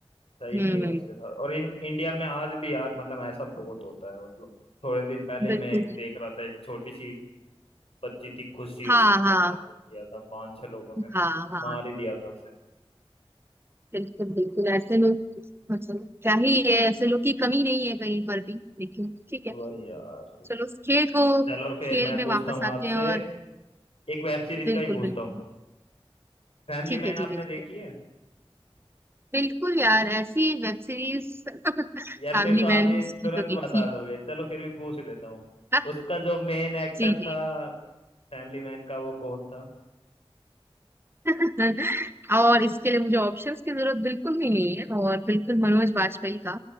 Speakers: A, on the left; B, on the right.
A: सही नहीं
B: हम्म
A: हुआ उसके साथ और इन इंडिया में आज भी यार मतलब ऐसा बहुत होता है मतलब थोड़े दिन पहले ही
B: बिल्कुल
A: मैं एक देख रहा था एक छोटी सी बच्ची थी खुशी
B: हाँ
A: उसके साथ
B: हाँ
A: ऐसा किया था पांच छह लोगों ने
B: हाँ हाँ
A: मार ही दिया था उसे
B: बिल्कुल बिल्कुल ऐसे लोग मतलब क्या ही है ऐसे लोग की कमी नहीं है कहीं पर भी लेकिन ठीक है
A: वही यार
B: चलो उस खेल को
A: चलो फिर
B: खेल
A: मैं
B: में
A: पूछता
B: वापस
A: हूँ
B: आते
A: आपसे
B: हैं और
A: एक वेब सीरीज
B: बिल्कुल
A: का ही पूछता
B: बिल्कुल
A: हूँ फैमिली
B: ठीक
A: मैन
B: है
A: आपने
B: ठीक है ठीक
A: देखी
B: है।
A: है
B: बिल्कुल यार ऐसी वेब सीरीज
A: यार
B: फैमिली
A: फिर तो आप
B: मैन
A: ये
B: की
A: तुरंत
B: तो देखी
A: बता दोगे चलो फिर भी पूछ लेता हूँ
B: हाँ,
A: उसका जो मेन एक्टर
B: जी
A: था
B: जी
A: फैमिली मैन का वो कौन था
B: <laughs> और इसके लिए मुझे ऑप्शंस की जरूरत बिल्कुल भी नहीं है और बिल्कुल मनोज बाजपेयी का